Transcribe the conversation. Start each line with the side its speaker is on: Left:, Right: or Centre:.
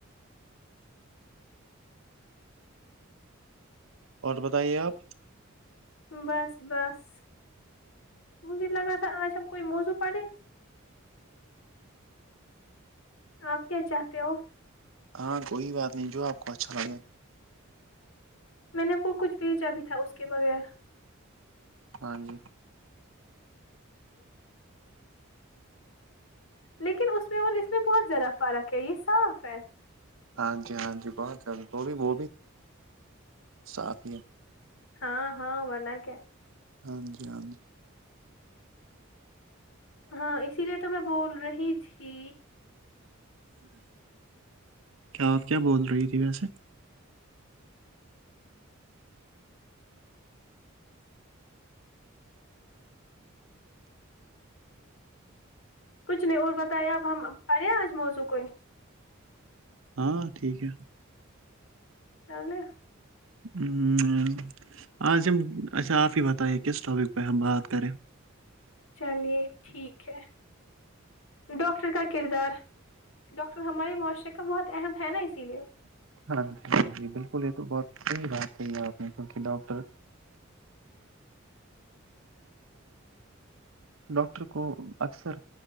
Right: اور بتائیے آپ
Left: بس بس مجھے لگا تھا آج ہم کوئی موزو پڑے آپ کیا چاہتے ہو
Right: ہاں کوئی بات نہیں جو آپ کو اچھا لگے
Left: میں نے وہ کچھ بھیجا بھی تھا اس کے بغیر
Right: ہاں جی
Left: لیکن اس میں اور اس میں بہت زیادہ فرق ہے یہ صاف ہے
Right: ہاں جی ہاں جی بہت زیادہ وہ بھی وہ بھی صاف ہی ہے
Left: ہاں ہاں بنا کیا
Right: ہاں جی آمی
Left: ہاں اسی لیے تو میں بول رہی تھی
Right: کیا آپ کیا بول رہی تھی ویسے
Left: کچھ نہیں اور بتایا اب ہم پڑے آج موضوع کو ہی
Right: ہاں ٹھیک ہے
Left: چلیں
Right: ہ آج ہم اچھا آپ ہی بتائے کس ٹاپک پہ ہم بات کریں
Left: چلیے ٹھیک ہے ڈاکٹر کا کردار ڈاکٹر ہمارے معاشرے کا بہت اہم ہے نا اسی لیے
Right: ہاں جی ہاں جی بالکل یہ تو بہت صحیح بات کہی آپ نے کیونکہ ڈاکٹر ڈاکٹر کو اکثر